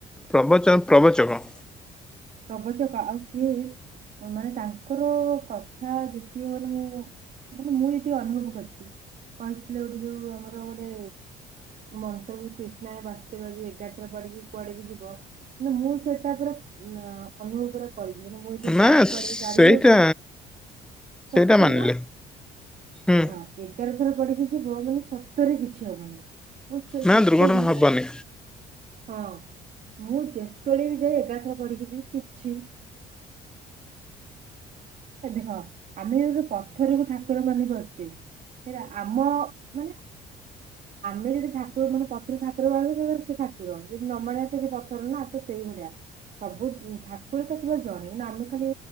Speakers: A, in the centre; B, on the right (about 55°).
A: ପ୍ରବଚନ ପ୍ରବଚକ,
B: ରବଛକ ଆଉ ସିଏ ମାନେ ତାଙ୍କର କଥା ଯେତିକ ମାନେ ମୁଁ ଅଁ ମୁଁ ଯେତିକି ଅନୁଭବ କରିଚି କହିଥିଲେ ଗୋଟେ ଯୋଉ ଆମର ଗୋଟେ ମନ୍ତ୍ର ଯୋଉ କ୍ରିଷ୍ଣା ବାସୁ ଦେବାୟ ଯୋଉ ଏଗାର ଥର ପଢ଼ିକି କୁଆଡେ ବି ଯିବ ମାନେ ମୁଁ ସେଇଟା ପୁରା ନା ଅନୁଭଵ ପୁରା କରିକି ଯିବି ମୁଁ ଯେତେବେଳ
A: ନା
B: ଯାଏ
A: ସେଇଟା
B: କୁଆଡେ ବି ଗାଡି ନେଇକି
A: ସେଇଟା
B: ସେଠୁ ଶୁଣୁନ
A: ମାନିଲେ ହୁଁ
B: ହଁ ଏଗାର ଥର ପଡିକି ଜିବ ମାନେ ସତରେ କିଛି ହବନି। ମୁଁ ସେ
A: ନା
B: ସତ
A: ଦୁର୍ଘଟଣା
B: କହିଲ
A: ହବନି।
B: ମାନେ ହଁ ମୁଁ ଯେତେବେଳେ ବି ଯାଏ ଏଗାରଥର ପଢିକି ଯିବି କିଛି ଏ ଦେଖ ଆମେ ଯଦି ପଥରକୁ ଠାକୁର ମାନିପାରୁଚେ ସେଇଟା ଆମ ମାନେ ଆମେ ଯଦି ଠାକୁର ମାନେ ପଥର ଠାକୁର ଭାବେ <unintelligible> ସେ ଠାକୁର ଯଦି ନ ମାନିବ କଥା ସେ ପଥର ନା ତ ସେ ସେଇ ଭଳିଆ ସବୁ ଉଁ ଠାକୁର ତ ପୁରା ଜଣେ। ନା ଆମେ ଖାଲି